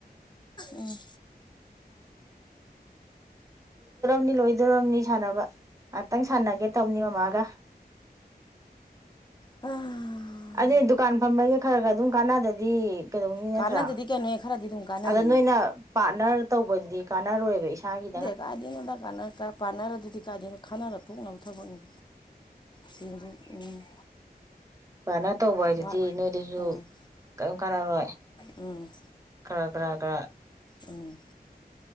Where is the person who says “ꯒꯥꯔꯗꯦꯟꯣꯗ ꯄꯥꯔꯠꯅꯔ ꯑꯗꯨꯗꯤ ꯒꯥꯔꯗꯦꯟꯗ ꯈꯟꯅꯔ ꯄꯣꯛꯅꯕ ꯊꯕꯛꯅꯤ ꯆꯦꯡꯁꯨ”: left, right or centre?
Left